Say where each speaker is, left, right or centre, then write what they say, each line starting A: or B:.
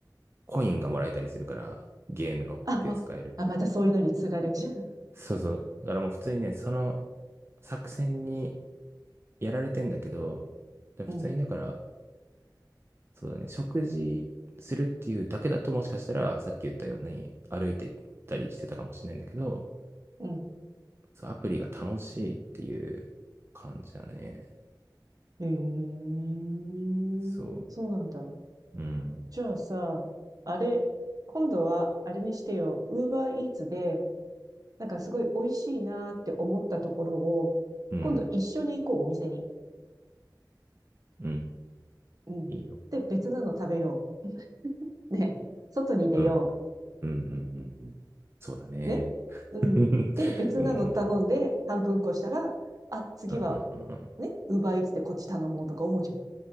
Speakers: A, on the right; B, on the right.
A: コインがもらえたりするから、ゲームので使える。
B: あ、ま、あ、またそういうのに釣られちゃう。
A: そうそう。だからもう普通にね、その作戦にやられてんだけど、で普通にだから、
B: うん、
A: そうだね、食事するっていうだけだと、もしかしたらさっき言ったように歩いて行ったりしてたかもしれないんだけど、
B: うん。
A: そう、アプリが楽しいっていう感じだね。
B: へえ、
A: そ
B: そうなんだ。
A: う、うん、
B: じゃあさ、あれ、今度は、あれにしてよ、ウーバーイーツで、なんかすごい美味しいなーって思ったところを、
A: うん、
B: 今度一緒に行こう、お店に。
A: うん、
B: うん。
A: いいよ。
B: で、別なの食べよう。ね。外に出よ
A: うん、うん、うん、うん、うん。そうだね。
B: う。ね。うん。
A: <laughs> うん、
B: で、別なの頼んで、
A: うん、うん、
B: 半分こしたら、あ、次は
A: うん、うん。うんうん
B: ね、ウーバーイーツでこっち頼もうとか思うじゃん。